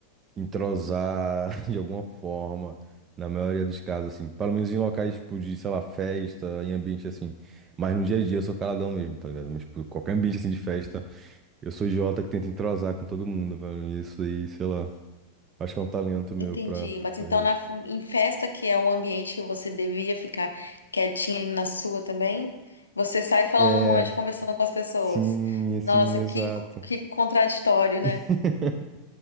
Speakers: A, on the right; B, on the left.
A: entrosar <laughs> de alguma forma, na maioria dos casos, assim. Pelo menos em locais, tipo, de, sei lá, festa, em ambiente assim. Mas no dia a dia eu sou caladão mesmo, tá ligado? Mas, tipo, qualquer ambiente assim de festa, eu sou idiota que tenta entrosar com todo mundo, velho. E Isso aí, sei lá. Acho que é um talento meu
B: Entendi,
A: pra,
B: mas
A: pra
B: então
A: isso.
B: na, em festa, que é o ambiente que você devia ficar quietinha ali na sua também, você sai falando
A: É,
B: um monte, conversando com as pessoas.
A: sim, assim,
B: Nossa,
A: exato.
B: que, que contraditório,
A: <laughs>
B: né?